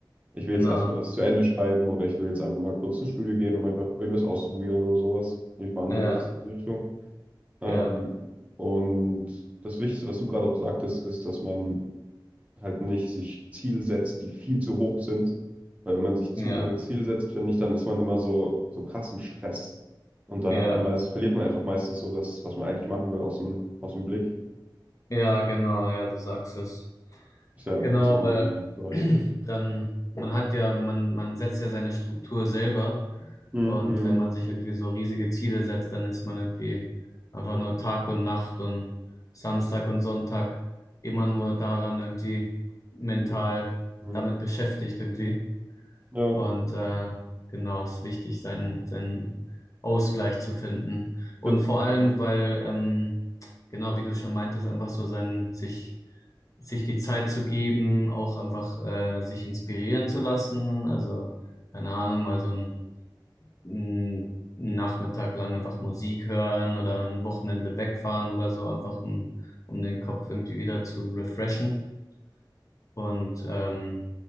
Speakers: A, on the right (about 15°); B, on the left (about 40°).
A: ich
B: Genau.
A: will jetzt erstmal das zu Ende schreiben oder ich will jetzt einfach mal kurz ins Studio gehen, um einfach irgendwas auszuprobieren oder sowas. Ich war an
B: Ja,
A: sowas in die Richtung. Ähm,
B: ja,
A: und das Wichtigste, was du gerade auch sagtest, ist, dass man halt nicht sich Ziele setzt, die viel zu hoch sind. Weil wenn man sich
B: ja,
A: zu hohe Ziele setzt, finde ich, dann ist man immer so, so krass im Stress. Und dann
B: ja,
A: hat man meist, verliert man einfach meistens so das, was man eigentlich machen will, aus dem, aus dem Blick.
B: ja, genau, ja, du sagst es.
A: Ist ja im
B: Genau,
A: Prinzip in
B: weil
A: jedem Bereich
B: <clears throat>
A: so.
B: dann, man hat ja, man, man setzt ja seine Struktur selber
A: Mhm.
B: und wenn man sich irgendwie so riesige Ziele setzt, dann ist man irgendwie einfach nur Tag und Nacht und Samstag und Sonntag immer nur daran irgendwie mental
A: Mhm. Mhm.
B: damit beschäftigt irgendwie.
A: Ja,
B: Und äh, genau, es ist wichtig, seinen, seinen Ausgleich zu finden. Und
A: gen-
B: vor
A: genau.
B: allem, weil, ähm, genau, wie du schon meintest, einfach so sein, sich, sich die Zeit zu geben, auch einfach äh, sich inspirieren zu lassen. Also, keine Ahnung, mal so einen, einen Nachmittag lang einfach Musik hören oder ein Wochenende wegfahren oder so, einfach um, um den Kopf irgendwie wieder zu refreshen. Und ähm,